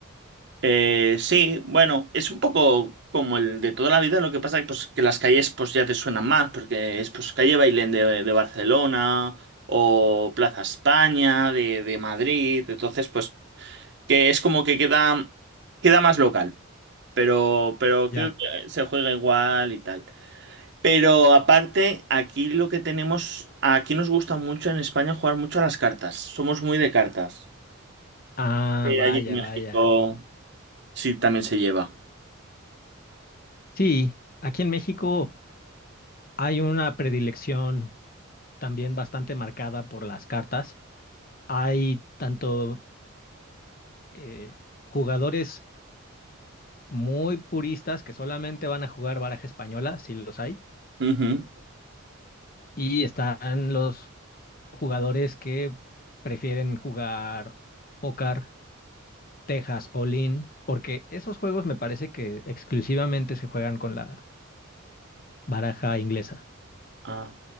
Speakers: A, on the right (about 55°); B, on the left (about 40°).
A: Eh, sí, bueno, es un poco como el de toda la vida, lo que pasa que, pues, que las calles pues ya te suenan más, porque es pues calle Bailén de, de Barcelona o Plaza España de, de Madrid, entonces pues que es como que queda, queda más local. pero, pero
B: Ya.
A: creo que se juega igual y tal. Pero aparte, aquí lo que tenemos, aquí nos gusta mucho en España jugar mucho a las cartas. Somos muy de cartas.
B: Ah,
A: Eh,
B: vaya,
A: allí en México
B: vaya.
A: sí también se lleva.
B: Sí, aquí en México hay una predilección también bastante marcada por las cartas. Hay tanto eh, jugadores muy puristas que solamente van a jugar baraja española, si los hay,
A: Ujú.
B: y están los jugadores que prefieren jugar póker, Texas o Lean, porque esos juegos me parece que exclusivamente se juegan con la baraja inglesa.
A: Ah,